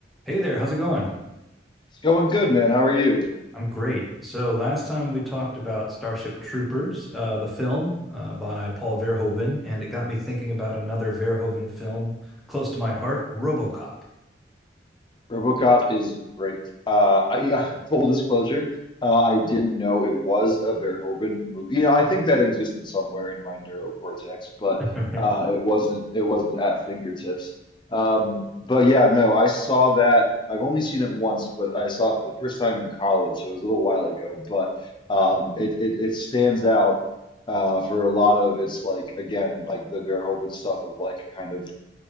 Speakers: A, in the centre; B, on the left (about 25°).
A: Hey there, how's it going?
B: It's going good, man. How are you?
A: I'm great. So last time we talked about Starship Troopers, uh, the film uh, by Paul Verhoeven, and it got me thinking about another Verhoeven film close to my heart, RoboCop.
B: RoboCop is great. Uh, I, <laughs> full disclosure, uh, I didn't know it was a Verhoeven movie. You know, I think that existed somewhere in my neurocortex, but
A: <laughs>
B: uh, it wasn't. It wasn't at fingertips. Um, but yeah, no, I saw that. I've only seen it once, but I saw it for the first time in college, so it was a little while ago. But um, it, it it stands out uh, for a lot of its like again like the Verhoeven stuff of like kind of